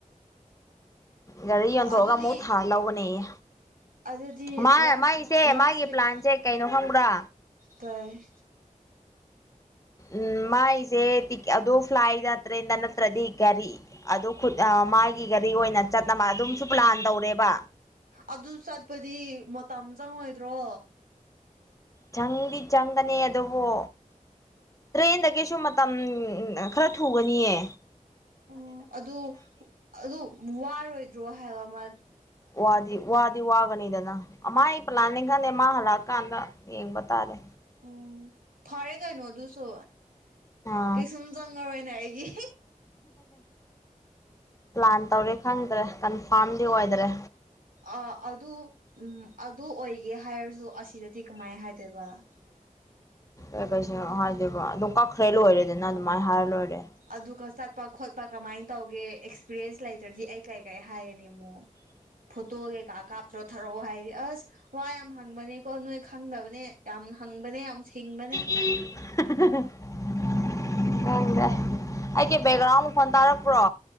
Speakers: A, on the left (about 25°); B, on the right (about 85°).
A: ꯒꯥꯔꯤ ꯌꯣꯟꯊꯣꯛꯑꯒ
B: ꯑꯗꯨꯗꯤ
A: ꯑꯃꯨꯛ ꯊꯥꯔ ꯂꯧꯒꯅꯤꯌꯦ꯫
B: ꯑꯗꯨꯗꯤ
A: ꯃꯥ
B: ꯂꯥꯁ
A: ꯃꯥꯏꯁꯦ
B: ꯂꯥꯁ
A: ꯃꯥꯒꯤ
B: ꯋꯤꯛ
A: ꯄ꯭ꯂꯥꯟꯁꯦ ꯀꯩꯅꯣ ꯈꯪꯕ꯭ꯔꯥ
B: ꯀꯩ
A: ꯎꯝ ꯃꯥꯏꯖꯦ ꯇꯤꯛ ꯑꯗꯨ ꯐ꯭ꯂꯥꯏꯗ ꯇ꯭ꯔꯦꯟꯗ ꯅꯠꯇ꯭ꯔꯗꯤ ꯒꯥꯔꯤ ꯑꯗꯨ ꯈꯨꯠ ꯑ ꯃꯥꯒꯤ ꯒꯥꯔꯤ ꯑꯣꯏꯅ ꯆꯠꯅꯕ ꯑꯗꯨꯝꯁꯨ ꯄ꯭ꯂꯥꯟ ꯇꯧꯔꯦꯕ
B: ꯑꯗꯨ ꯆꯠꯄꯗꯤ ꯃꯇꯝ ꯆꯪꯉꯣꯏꯗ꯭ꯔꯣ
A: ꯆꯪꯗꯤ ꯆꯪꯒꯅꯤ ꯑꯗꯨꯕꯨ ꯇ꯭ꯔꯦꯟꯗꯒꯤꯁꯨ ꯃꯇꯝ ꯈꯔ ꯊꯨꯒꯅꯤꯌ‌ꯦ
B: ꯑꯣ ꯑꯗꯨ ꯑꯗꯨ ꯋꯥꯔꯣꯏꯗ꯭ꯔꯣ ꯍꯥꯏꯕ ꯃꯠ
A: ꯋꯥꯗꯤ ꯋꯥꯗꯤ ꯋꯥꯒꯅꯤꯗꯅ ꯃꯥꯏ ꯄ꯭ꯂꯥꯟꯅꯤ ꯈꯪꯗꯦ ꯃꯥ ꯍꯜꯂꯛꯑꯀꯥꯟꯗ ꯌꯦꯡꯕ ꯇꯥꯔꯦ
B: ꯎꯝ ꯐꯔꯦ ꯀꯩꯅꯣ ꯑꯗꯨꯁꯨ
A: ꯑꯥ
B: ꯀꯩꯁꯨꯝ ꯆꯪꯉꯔꯣꯏꯅꯦ ꯑꯩꯒꯤ
A: ꯄ꯭ꯂꯥꯟ ꯇꯧꯔꯦ ꯈꯪꯗ꯭ꯔꯦ ꯀꯟꯐꯥꯝꯗꯤ ꯑꯣꯏꯗ꯭ꯔꯦ
B: ꯑꯥ ꯑꯗꯨ ꯎꯝ ꯑꯗꯨ ꯑꯣꯏꯒꯦ ꯍꯥꯏꯔꯖꯨ ꯑꯁꯤꯗꯗꯤ ꯀꯃꯥꯏ ꯍꯥꯏꯗꯣꯏꯕ <inaudible>
A: ꯑꯦ ꯀꯩꯁꯨ ꯍꯥꯏꯗꯦꯕ ꯑꯗꯨꯝ ꯀꯛꯈ꯭ꯔꯦ ꯂꯣꯏꯔꯦꯗꯅ ꯑꯗꯨꯃꯥꯏ ꯍꯥꯏꯔ ꯂꯣꯏꯔꯦ
B: ꯑꯗꯨꯒ ꯆꯠꯄ ꯈꯣꯠꯄ ꯀꯃꯥꯏꯟ ꯇꯧꯒꯦ ꯑꯦꯛꯁꯄꯤꯔꯟꯁ ꯂꯩꯇ꯭ꯔꯗꯤ ꯑꯩ ꯀꯩ ꯀꯩ ꯍꯥꯏꯒꯅꯤ ꯑꯃꯨꯛ
A: <inaudible>
B: ꯐꯣꯇꯣ ꯀꯩꯀꯥ ꯀꯥꯞꯇ꯭ꯔꯣ ꯊꯥꯔꯛꯑꯣ ꯍꯥꯏꯗꯤ ꯑꯁ ꯋꯥ ꯌꯥꯝ ꯍꯪꯕꯅꯦꯀꯣ ꯅꯣꯏ ꯈꯪꯗꯕꯅꯦ ꯌꯥꯝ ꯍꯪꯕꯅꯦ ꯌꯥꯝ ꯁꯤꯡꯕꯅꯦ
A: ꯈꯪꯗ‌ꯦ ꯑꯩꯒꯤ ꯕꯦꯛꯒ꯭ꯔꯥꯎꯟ ꯃꯈꫭꯟ ꯇꯥꯔꯛꯄ꯭ꯔꯣ